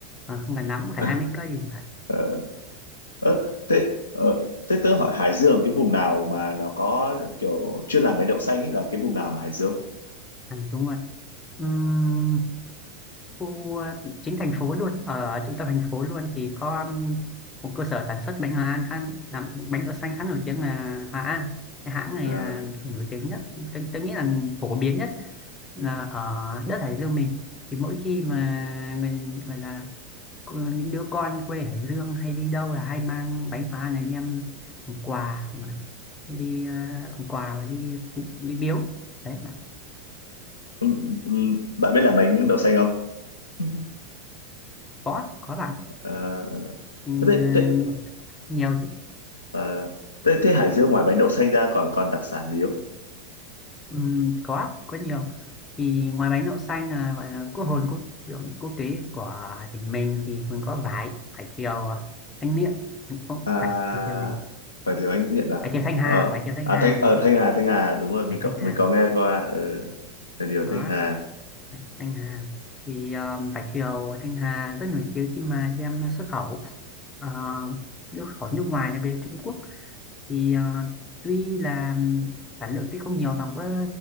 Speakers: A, on the left; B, on the left.
A: ờ, không gần lắm phải
B: <laughs>
A: 20 cây thì phải
B: Ờ. Ờ, thế ờ, thế tớ hỏi Hải Dương cái vùng nào mà nó có kiểu chuyên làm mấy đậu xanh ấy là cái vùng nào ở Hải Dương?
A: Ừ, đúng rồi Ừm, khu ờ, chính thành phố luôn ở trung tâm thành phố luôn thì có um, một cơ sở sản xuất bánh Hòa An khá làm bánh đậu xanh khá nổi tiếng là Hòa An cái hãng này
B: À,
A: là nổi tiếng nhất tôi, tôi nghĩ là phổ biến nhất là ở đất Hải Dương mình thì mỗi khi mà người gọi là cô- những đứa con quê Hải Dương hay đi đâu là hay mang bánh Hòa An này đem làm quà mà đi ờ, làm quà đi đi biếu đấy bạn
B: Ừm, ừm, Bạn biết làm bánh đậu xanh không? <laughs>
A: có có bạn
B: À,
A: mình
B: thế,
A: ờ,
B: thế,
A: nhiều
B: à, thế, thế Hải Dương ngoài bánh đậu xanh ra còn còn đặc sản gì không?
A: Ừm, có có nhiều thì ngoài bánh đậu xanh là gọi là quốc hồn quốc kiểu quốc tế của tỉnh mình thì còn có vải vải thiều à, thanh miện không
B: À,
A: phải vải thiều gì
B: phải thử bánh miệng nào?
A: vải thiều thanh hà
B: Ờ,
A: vải thiều thanh
B: à,
A: hà
B: Thanh, ở
A: không phải
B: Thanh Hà, Thanh Hà, đúng rồi, mình
A: vải
B: có
A: thanh hà
B: mình có nghe qua, ờ, là điều
A: đó
B: Thanh Hà,
A: vải thanh hà thì um, vải thiều thanh hà rất nổi tiếng khi mà đem xuất khẩu uh, xuất khẩu nước ngoài là bên Trung Quốc thì ờ, tuy là sản lượng tuy không nhiều bằng với